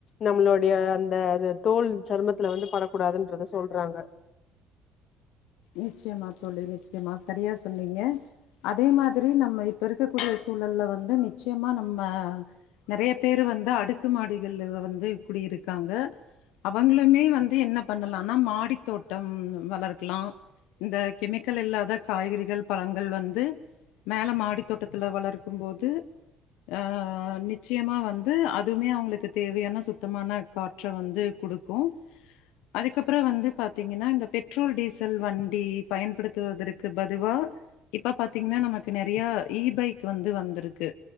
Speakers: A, on the left; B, on the left.
A: நம்மளுடைய அந்த அது தோல் சருமத்துல வந்து படக்கூடாதுன்றத சொல்றாங்க
B: நிச்சயமா தோழி நிச்சயமா சரியா சொன்னீங்க அதே மாதிரி நம்ம இப்போ இருக்கக்கூடிய சூழல வந்து நிச்சயமா நம்ம நிறைய பேரு வந்து அடுக்கு மாடிகள்ல வந்து குடி இருக்காங்க அவங்களுமே வந்து என்ன பண்ணலனா மாடி தோட்டம் வளர்க்கலா இந்த கெமிக்கல் இல்லாத காய்கறிகள் பழங்கள் வந்து மேல மாடி தோட்டத்துல வளர்க்கும் போது அ நிச்சயமா வந் து அதுமே அவங்களுக்கு தேவையான சுத்தமான காற்ற வந்து குடுக்கும் அதுக்கப்புறோ வந்து பாத்தீங்கன்னா இந்த பெட்ரோல் டீச ல் வண்டி பயன்படுத்துவதற்கு பதுவா இப்ப பாத்தீங்கன்னா நமக்கு நெறைய இ பைக் வந்து வந்திருக்கு